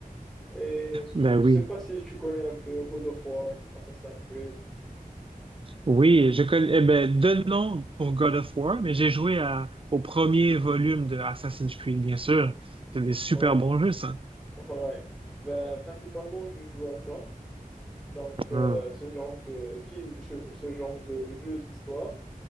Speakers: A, in the centre; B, on the right.
A: Et je
B: Ben oui.
A: sais pas si tu connais un peu God of War, Assassin's Creed.
B: Oui, je connais, eh ben, de nom pour God of War, mais j'ai joué à- au premier volume de Assassin's Creed, bien sûr. C'est des super
A: Ouais,
B: bons jeux, ça.
A: <laughs> ouais. Ben, principalement, je joue à ça. Donc, euh,
B: Ah,
A: ce genre de film, je- ce genre de jeu d'histoire.